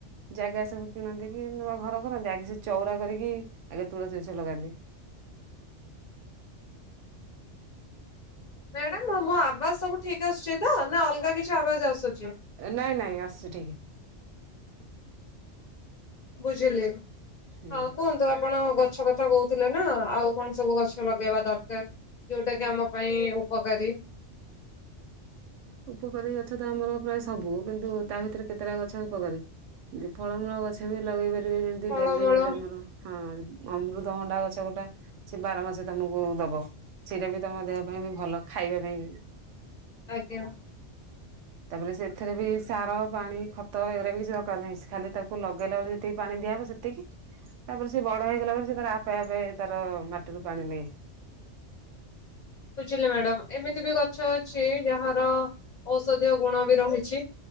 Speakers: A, on the right; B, on the left.
A: ଜାଗା ସବୁ କିଣନ୍ତି, କି ନୂଆ ଘର କରନ୍ତି ଆଗେ ସେ ଚଉରା କରିକି ଆଗ ତୁଳସୀ ଗଛ ଲଗାନ୍ତି।
B: ମ୍ୟାଡାମ ମୋ ଆବାଜ ସବୁ ଠିକ ଆସୁଛି ତ ନା ଅଲଗା କିଛି ଆବାଜ ଆସୁଛି?
A: ନାଇଁ ନାଇଁ ଆସଛି ଟିକେ
B: ବୁଝିଲି
A: ହୁଁ।
B: ହଁ କୁହନ୍ତୁ ଆପଣ ଗଛ ଗଛ କଥା କହୁଥିଲେ ନା ଆଉ କଣ ସବୁ ଗଛ ଲଗେଇବା ଦରକାର। ଯୋଉଟା କି ଆମ ପାଇଁ ଉପକାରୀ।
A: ହ ଉପକାରୀ ଗଛ ତ ଆମର ପ୍ରାୟ ସବୁ କିନ୍ତୁ ତା ଭିତରେ କେତେଟା ଗଛ ଉପକାରୀ। ଏତି ଫଳମୂଳ ଗଛ ବି ଲଗେଇ ପାରିବେ ଯେମତି
B: ଫଳମୂଳ
A: ଡେଲି ତମର ହଁ ଅମୃତ। ଅମୃତଭଣ୍ଡା ଗଛ ଗୋଟେ ସେ ବାର ମାସ ତମକୁ ଦବ ସେଇଟା ବି ତମ ଦେହ ପାଇଁ ବି ଭଲ ଖାଇବା ପାଇଁ ବି
B: ଆଜ୍ଞା।
A: ହ <inaudible> ତାପରେ ସେଥିରେ ବି ସାର, ପାଣି, ଖତ ଏଗୁରା ବି କିଛି ଦରକାର ନାହିଁ। ଖାଲି ତାକୁ ଲଗେଇଲା ବେଳେ ଯେତିକି ପାଣି ଦିଆହବ। ସେତିକି ତାପରେ ସେ ବଡ ହେଇଗଲା ପରେ ସେ ତାର ଆପେ ଆପେ ତାର ମାଟିରୁ ପାଣି ନିଏ। <inaudible>
B: ବୁଝିଲି ମ୍ୟାଡାମ ଏମିତି ବି ଗଛ ଅଛି ଯାହାର ଔଷଧୀୟ ଗୁଣ ବି ରହିଛି।